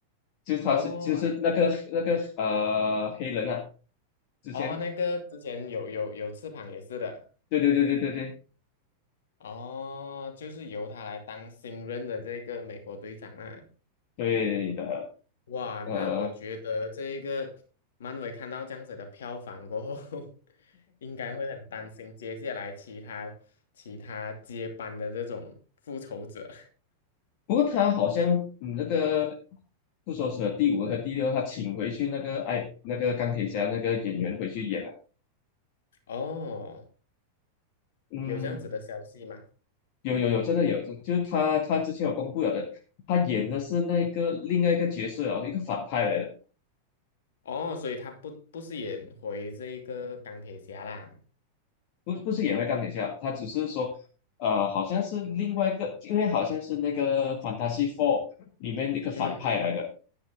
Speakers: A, on the left; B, on the left.
A: 就是他是就是那个那个呃黑人啊。
B: 哦，I s
A: 之前，
B: 哦，那个之前有有有翅膀也是的。
A: 对对对对对对
B: 哦，就是由他来当新任的这个美国队长啊。
A: 对的，
B: 哇，
A: 呃，
B: 那我觉得这一个漫威看到这样子的票房过后，<laughs> 应该会很担心接下来其他其他接班的这种复仇者。
A: 不过他好像嗯那个复仇者第五和第六，他请回去那个哎那个钢铁侠那个演员回去演了，
B: <laughs> 哦，
A: 嗯，
B: 有这样子的消息吗？
A: 有有有，真的有，就就是他他之前有公布了的，他演的是那个另外一个角色啊，一个反派来的，
B: 哦，所以他不不是演回这一个钢铁侠啦。
A: 不不是演回钢铁侠，他只是说。呃，好像是另外一个，因为好像是那个《Fantasy Four》里面的一个反派来的，
B: 嗯嗯，